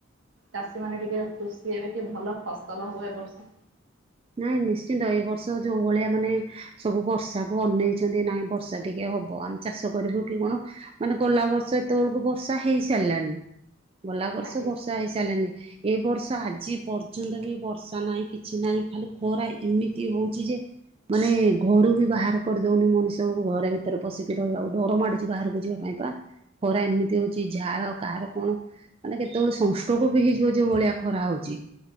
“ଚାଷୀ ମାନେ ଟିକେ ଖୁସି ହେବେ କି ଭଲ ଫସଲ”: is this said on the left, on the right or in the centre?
Right